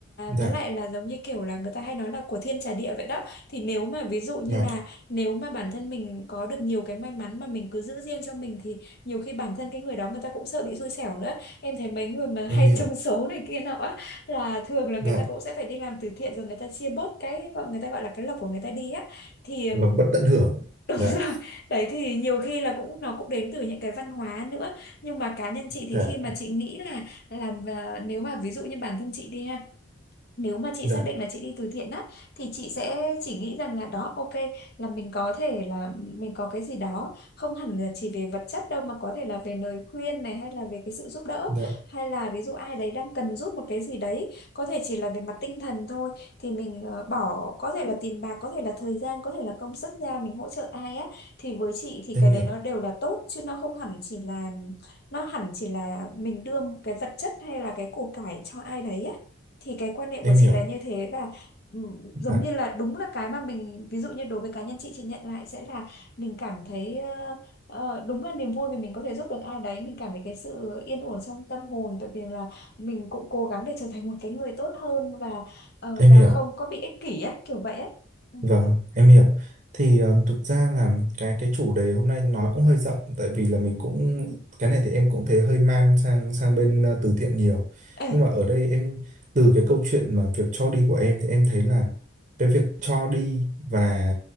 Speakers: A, on the right; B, on the left.
A: dạ
B: với lại là giống như kiểu là người ta hay nói là của thiên trả địa vậy đó thì nếu mà ví dụ như
A: dạ
B: là nếu mà bản thân mình có được nhiều cái may mắn mà mình cứ giữ riêng cho mình thì nhiều khi bản thân cái người đó người ta cũng sợ bị xui xẻo nữa. Em thấy mấy người mà
A: em
B: hay
A: hiểu
B: <laughs> trúng số này kia nọ á, là thường là
A: dạ
B: người ta cũng sẽ phải đi làm từ thiện rồi người ta chia bớt cái gọi người ta gọi là cái lộc của người ta đi á. Thì ừm,
A: là bất tận hưởng
B: <laughs> đúng
A: dạ
B: rồi. Đấy thì nhiều khi là cũng nó cũng đến từ những cái văn hóa nữa. Nhưng mà cá nhân chị thì
A: dạ
B: khi mà chị nghĩ là làm và nếu mà ví dụ như bản thân chị đi ha nếu mà chị
A: dạ
B: xác định là chị đi từ thiện á thì chị sẽ chỉ nghĩ rằng là đó ok là mình có thể là mình có cái gì đó không hẳn là chỉ về vật chất đâu mà có thể là về lời khuyên này hay là về cái sự giúp đỡ
A: Dạ,
B: hay là ví dụ ai đấy đang cần giúp một cái gì đấy có thể chỉ là về mặt tinh thần thôi thì mình ờ, bỏ có thể là tiền bạc có thể là thời gian có thể là công sức ra mình hỗ trợ ai á thì với chị thì
A: em
B: cái
A: hiểu,
B: đấy nó đều là tốt chứ nó không hẳn chỉ là nó hẳn chỉ là mình đưa cái vật chất hay là cái của cải cho ai đấy á thì cái quan niệm
A: em
B: của chị
A: hiểu,
B: là như thế và ừ,
A: dạ,
B: giống như là đúng là cái mà mình ví dụ như đối với cá nhân chị chị nhận lại sẽ là mình cảm thấy ờ, ờ, đúng là niềm vui vì mình có thể giúp được ai đấy mình cảm thấy cái sự yên ổn trong tâm hồn tại vì là mình cũng cố gắng để trở thành một cái người tốt hơn và ờ,
A: em
B: và
A: hiểu,
B: không có bị ích kỷ á kiểu vậy á ừ.
A: vâng, em hiểu. Thì ờ, thực ra là cái cái chủ đề hôm nay nói cũng hơi rộng, tại vì là mình cũng
B: ừ.
A: cái này thì em cũng thấy hơi man sang sang bên ờ, từ thiện nhiều.
B: Ê,
A: Nhưng mà ở đây em từ cái câu chuyện mà việc cho đi của em thì em thấy là cái việc cho đi và